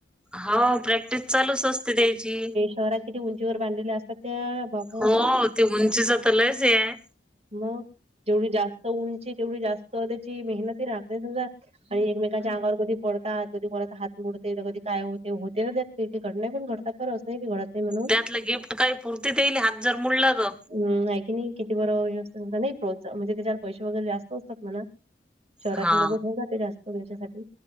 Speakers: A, in the centre; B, on the right.
A: हा प्रॅक्टिस चालूच असते त्याची
B: शहरात किती उंचीवर बांधलेल्या असतात ते बाप
A: हो ते उंचीच तर लयच हे आहे
B: मग जेवढी जास्त उंची तेवढी जास्त त्याची मेहनत राहते राहतेच ना आणि एकमेकांच्या अंगावर कधी पडतात कधी कोणाचा हात मुडते तर कधी काय होते होते ना त्यात काही घड नाही पण घडतात घडत नाही म्हणून
A: त्यातलं गिफ्ट काही पुरते त्याईले हात जर मुडलं तर
B: हम नाही की नाही किती बरोबर व्यवस्थित नाही म्हणजे त्याच्यावर पैसे वगैरे जास्त असतात म्हणा शहरातले
A: हा
B: लोक ठेऊ जाते जास्त पैसासाठी